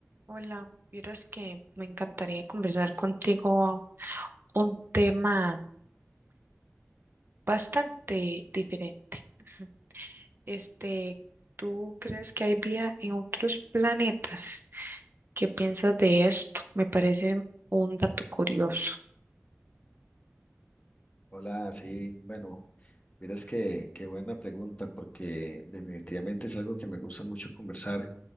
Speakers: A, on the right (about 45°); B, on the left (about 30°).
A: Hola, vieras que me encantaría conversar contigo un tema bastante diferente. Ujú. Este, ¿tú crees que hay vida en otros planetas? ¿Qué piensas de esto? Me parece un dato curioso.
B: Hola, sí, bueno, miras que qué buena pregunta porque definitivamente es algo que me gusta mucho conversar